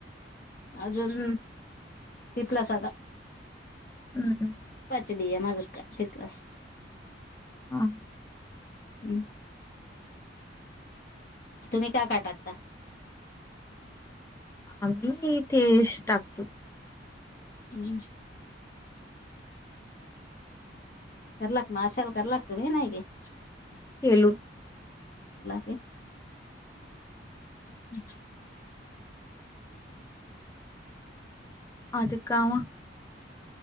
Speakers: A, on the left; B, on the left.
A: अजून तिथलंच आता.
B: हम्म हम्म.
A: पाच बी माझे बी हायत बास.
B: हा.
A: हम. तुम्ही काय काय टाकता?
B: आम्ही तेश टाकतो.
A: हम्. करलाग मा अश्याने करु लागत मी नाही गे.
B: केलून
A: लागे. हम.
B: आधी काम